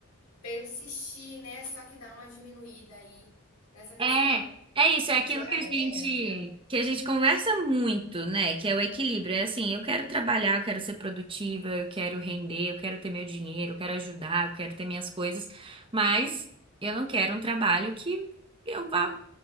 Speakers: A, on the left (about 80°); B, on the right (about 25°).
A: persistir, né, só que dá uma diminuída aí nessa questão
B: É, é isso, é aquilo
A: de hora
B: que a gente
A: extra,
B: que a gente conversa muito, né? Que é o equilíbrio. É assim, eu quero trabalhar, eu quero ser produtiva, eu quero render, eu quero ter meu dinheiro, eu quero ajudar, eu quero ter minhas coisas, mas eu não quero um trabalho que eu vá,